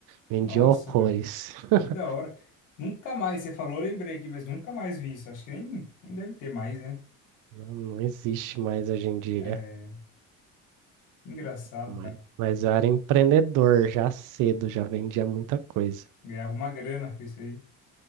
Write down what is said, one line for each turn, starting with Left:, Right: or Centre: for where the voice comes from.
Right: Vendia
Left: Nossa,
Right: horrores.
Left: cara.
Right: <laughs>
Left: Que da hora. Nunca mais, você falou, eu lembrei aqui, mas nunca mais vi isso. Acho que nem, nem deve ter mais, né?
Right: Não, não existe mais hoje em dia.
Left: É, que engraçado,
Right: Mas
Left: cara.
Right: mas eu era empreendedor já cedo, já vendia muita coisa.
Left: Ganhava uma grana com isso aí.